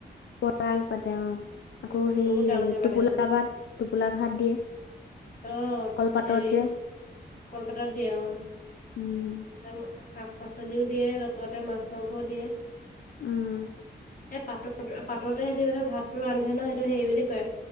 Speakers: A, on the left; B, on the left.
A: পৰাগ পাতে অঁ আকৌ
B: উম,
A: সেই
B: বহুত ডাঙৰকে পাতে
A: টোপোলা
B: সেইখন।
A: ভাত টোপোলা ভাত দিয়ে।
B: আহ
A: কলপাতত
B: হেৰি
A: যে
B: কলপাতাত দিয়ে অঁ
A: উম
B: শাক পাচলিও দিয়ে লগতে মাছ মাংসও দিয়ে।
A: উমঁ!
B: এই পাতৰ পাততে সিহঁতে মানে ভাতটো ৰান্ধে ন সেইটো হেৰি বুলি কয়।